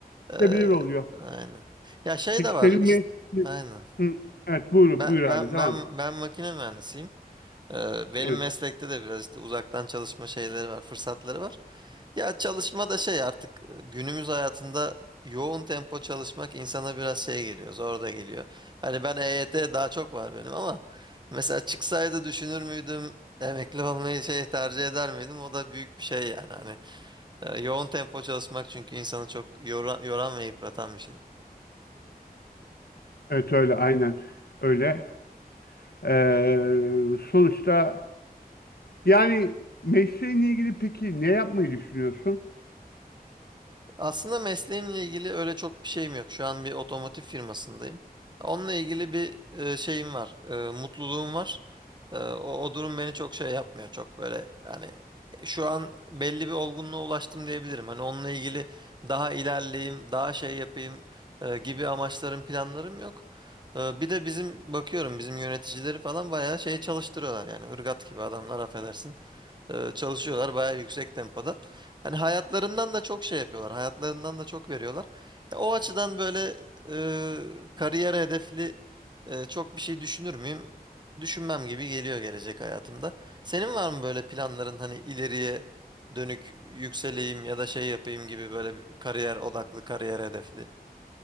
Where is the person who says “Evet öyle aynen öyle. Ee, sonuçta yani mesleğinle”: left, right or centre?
Left